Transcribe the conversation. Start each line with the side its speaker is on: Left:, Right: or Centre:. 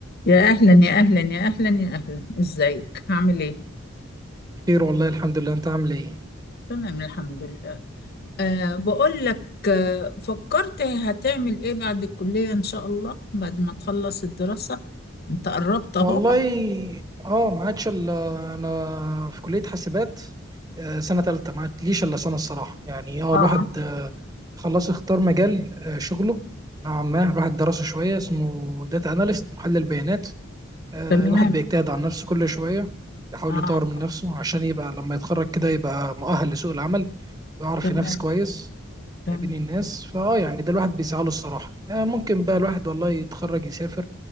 Left: يا أهلا يا أهلا يا أهلا يا أهلا إزيك عامل إيه؟
Right: خير والله الحمد لله انت عامل ايه
Left: تمام الحمد لله أه بقول لك آه، فكرت هتعمل إيه بعد الكلية إن شاء الله بعد ما تخلص الدراسة أنت قربت أهو
Right: والله اه ما عادش الا انا في كليه حاسبات آه، سنه ثالثه ما عادليش الا سنه الصراحه يعني اه
Left: آه
Right: الواحد آه، خلاص اختار مجال آه، شغله نوعا ما الواحد درسه شويه اسمه داتا اناليست محلل بيانات آه،
Left: تمام
Right: الواحد بيجتهد على نفسه كل شويه يحاول
Left: آه
Right: يطور من نفسه عشان يبقى لما يتخرج كده يبقى مؤهل لسوق العمل ويعرف
Left: تمام
Right: ينافس كويس
Left: تمام
Right: ما بين الناس فاه يعني ده الواحد بيسعى له الصراحه آه ممكن بقى الواحد والله يتخرج يسافر